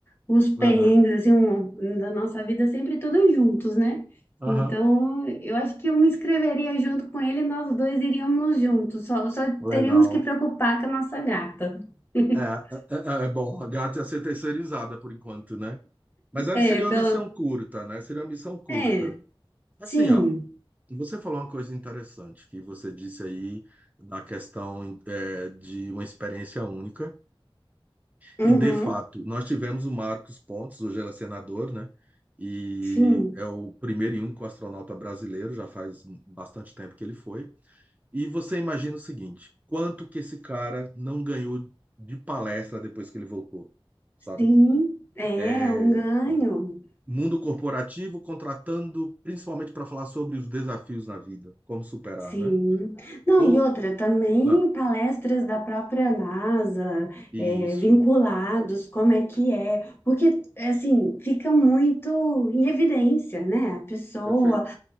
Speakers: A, on the left; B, on the right.
A: os perrengues,
B: É.
A: assim, um- um da nossa vida, sempre todos juntos, né?
B: Aham,
A: Então, eu acho que eu me inscreveria junto com ele e nós dois iríamos juntos, só, só
B: legal.
A: teríamos que preocupar com a nossa gata. <laughs>
B: É, é, é, é, bom, a gata ia ser terceirizada por enquanto, né? Mas ela
A: É,
B: seria
A: pelo...
B: uma missão curta, né? Seria uma missão curta.
A: É,
B: Assim,
A: sim.
B: ó, você falou uma coisa interessante que você disse aí da questão é, de uma experiência única.
A: Uhum.
B: E, de fato, nós tivemos o Marcos Pontes, hoje ele é senador, né? E
A: Sim,
B: é o primeiro e único astronauta brasileiro, já faz bastante tempo que ele foi. E você imagina o seguinte: quanto que esse cara não ganhou de palestra depois que ele voltou? sabe?
A: sim, é
B: é,
A: um ganho.
B: né? Mundo corporativo contratando principalmente para falar sobre os desafios na vida, como superar,
A: Sim.
B: né?
A: Não,
B: Ou,
A: e outra, também
B: ah,
A: palestras da própria NASA,
B: isso,
A: é, vinculados, como é que é, porque, assim, fica muito em evidência, né? A pessoa,
B: perfeito.